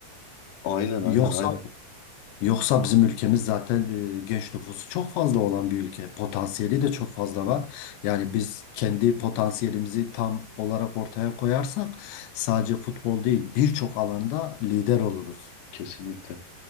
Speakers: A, on the left; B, on the left.
A: Aynen
B: Yoksa
A: aynen aynen.
B: Yoksa bizim ülkemiz zaten e, genç nüfusu çok fazla olan bir ülke. Potansiyeli de çok fazla var. Yani biz kendi potansiyelimizi tam olarak ortaya koyarsak sadece futbol değil birçok alanda lider oluruz.
A: Kesinlikle.